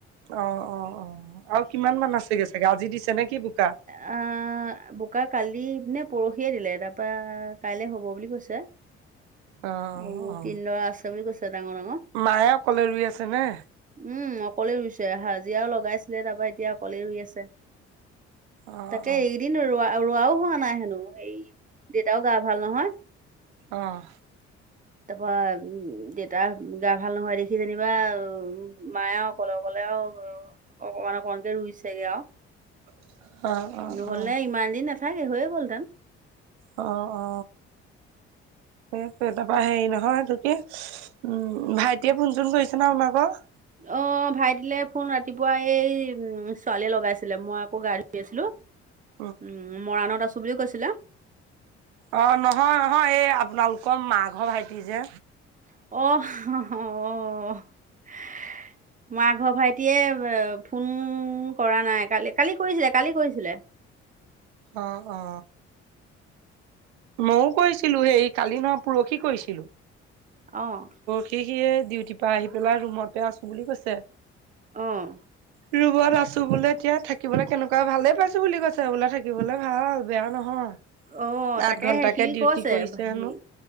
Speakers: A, on the right; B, on the right.
A: অঁ অঁ অ, আৰু কিমান মান আছেগে চাগে আজি দিছে নেকি বোকা?
B: অঁ অঁ বোকা কালি নে পৰহিয়ে দিলে তাৰপা কাইলে হব বুলি কৈছে।
A: অ অ
B: আৰু
A: অ
B: তিনিডৰা আছে বুলি কৈছে ডাঙৰ ডাঙৰ।
A: মায়ে অকলে ৰুই আছে নে।
B: উম অকলে ৰুইছে হাজিৰাও লগাইছিলে, তাৰপৰা এতিয়া অকলেই ৰুই আছে।
A: অ
B: তাকে
A: অ
B: এইকেইদিন ৰোৱা ৰোৱাও হোৱা নাই হেনো দেউতাও গা ভাল নহয়।
A: অঁ।
B: তাৰপা উম দেউতা গা ভাল নহয় দে সি যেনিবা উ মায়ে অকলে অকলে আও অকমান অকমানকে ৰুইছেগে আও।
A: <inaudible> অ
B: নহ'লে
A: অ
B: ইমান দিন নাথাকে হৈয়ে গলহেতেন।
A: অঁ অ, সেইটোৱে তাৰাপৰা হেৰি নহয় এইটো কি উম, ভাইটিয়ে ফোন চোন কৰিছেনে আপোনালোকৰ?
B: অঁ ভাইটিলে ফোন ৰাতিপুৱা এই উম ছোৱালীয়ে লগাইছিলে মই আক গা ধুই আছিলো।
A: <inaudible>
B: উম, মৰাণত আছো বুলিও কৈছিলে।
A: অঁ নহয় নহয় এই আপোনালোকৰ মা ঘৰ ভাইটি যে
B: <inaudible> মা ঘৰ ভাইটিয়ে ফোন কৰা নাই কালি, কালি কালি কৰিছিলে কালি কৰিছিলে।
A: অ', - অ। ময়ও কৈছিলো সেই কালি নহয় পৰসী কৈছিলো।
B: অ',
A: শি সিয়ে ডিউটিৰ পৰা আহি পেলাই ৰুমতে আছো বুলি কৈছে।
B: অ',
A: ৰুমত আছো বোলে এতিয়া থাকিবলে কেনেকুৱা ভালে পাইছো বুলি কৈছে বোলে। লে ভাল বেয়া নহয়
B: অ তাকেহে
A: আঠ ঘন্টাকে
B: সি
A: ডিউটি
B: কৈছে
A: কৰিছে
B: হেৰি
A: হেনো।